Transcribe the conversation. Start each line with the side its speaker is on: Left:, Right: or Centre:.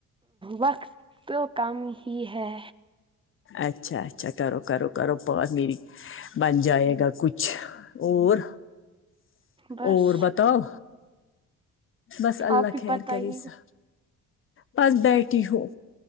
Right: وقت تو کم ہی ہے
Left: اچھا اچھا کرو کرو کرو بت میری بن جائے گا کچھ اور
Right: بس
Left: اور بتاؤ بس اللہ
Right: آپ ہی
Left: خیر
Right: پتہ
Left: کری
Right: ہی
Left: سا بس بیٹھی ہو